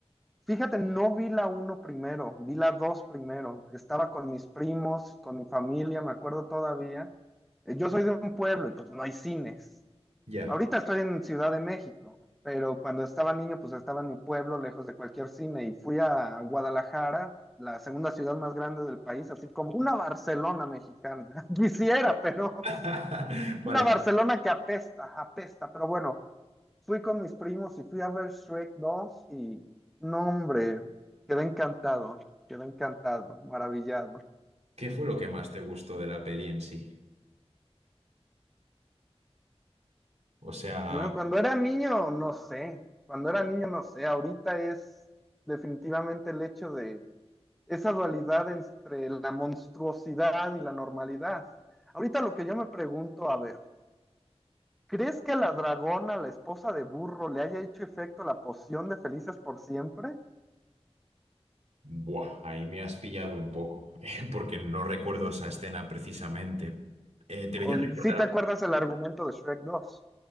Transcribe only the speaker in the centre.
Fíjate, no vi la uno primero, vi la dos primero. Estaba con mis primos, con mi familia, me acuerdo todavía. Eh, Yo soy de un pueblo y pues no hay cines.
Ahorita estoy en Ciudad de México, pero cuando estaba niño, pues estaba en mi pueblo, lejos de cualquier cine, y fui a Guadalajara, la segunda ciudad más grande del país, así como una Barcelona mexicana. <laughs> Quisiera, pero
una Barcelona que apesta, apesta. Pero bueno, fui con mis primos y fui a ver Shrek 2 y no, hombre, quedé encantado, quedé encantado, maravillado.
Bueno, cuando era niño, no sé, cuando era niño, no sé, ahorita es definitivamente el hecho de esa dualidad entre la monstruosidad y la normalidad. Ahorita lo que yo me pregunto, a ver, ¿crees que a la dragona, la esposa de burro, le haya hecho efecto la poción de felices por siempre?
¿O,
¿Sí te acuerdas el argumento de Shrek dos.